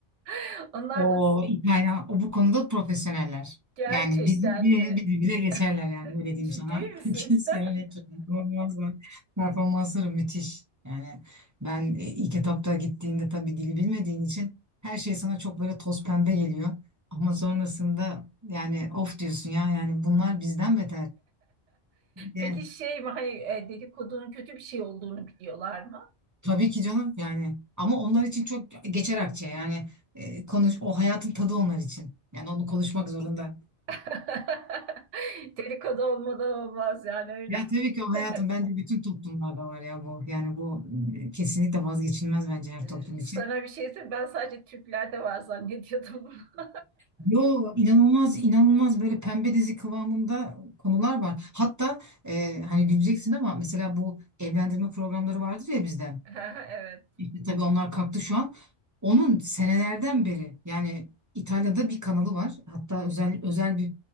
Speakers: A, on the right; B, on the right.
A: <laughs> Onlar
B: O
A: da
B: İtalyan, o bu konuda profesyoneller.
A: gerçekten
B: Yani bizi, bizi,
A: mi?
B: bizi bize geçerler yani
A: <laughs>
B: öyle diyeyim
A: Ciddi
B: sana.
A: misin?
B: <laughs> Kesinlikle
A: <laughs>
B: performanslar, performansları müthiş. Yani ben e, ilk etapta gittiğinde tabii dili bilmediğin için her şey sana çok böyle toz pembe geliyor. Ama sonrasında yani of diyorsun ya yani bunlar bizden beter. Yani
A: Peki şey mi hani e, dedikodunun kötü bir şey olduğunu biliyorlar mı?
B: tabii ki canım yani ama onlar için çok geçer akçe yani e, konuş o hayatın tadı onlar için. Yani onu konuşmak zorunda.
A: <laughs> Dedikodu olmadan olmaz yani öyle.
B: Ya tabii ki o hayatım
A: <laughs>
B: bence bütün toplumlarda var ya bu. Yani bu e, kesinlikle vazgeçilmez bence her
A: Ee,
B: toplum için.
A: Sana bir şey söyleyeyim. Ben sadece Türklerde var zannediyordum bunu.
B: Yo inanılmaz inanılmaz böyle pembe dizi kıvamında konular var. Hatta e, hani güleceksin ama mesela bu evlendirme programları vardır ya bizde.
A: <laughs> Evet.
B: İşte tabii onlar kalktı şu an. Onun senelerden beri yani İtalya'da bir kanalı var. Hatta özel özel bir